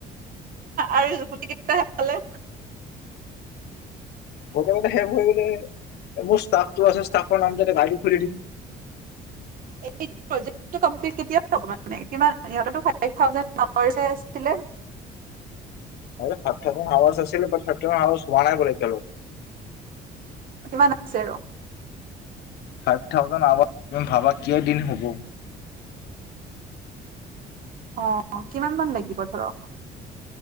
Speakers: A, on the right; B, on the left.
A: আৰু গুটি কেইটা পালো
B: গোটেই কেইটা শেষ হৈ গ'লে। মোৰ ষ্ট্ৰাফটো আছে ষ্ট্ৰাফৰ নাম দি আইডি খুলি দিম।
A: এইটো প্ৰজেক্ট টো কেতিয়া কমপ্লিট হব মানে কিমান সিহতেও <unintelligible> থাউজেণ্ড <unintelligible> হে আছিলে
B: আ <unintelligible> ফাইব থাউজেণ্ড আৱাৰছ আছিলে বাত ফাইব থাউজেণ্ড আৱাজ হোৱা নাই বোলে এতিয়ালৈকে
A: কিমান আ ছে আৰু
B: ফাইভ থাউজেড আৱাৰ তুমি ভাবা কেই দিন হ'ব
A: অ কিমান মান লাগিব ধৰক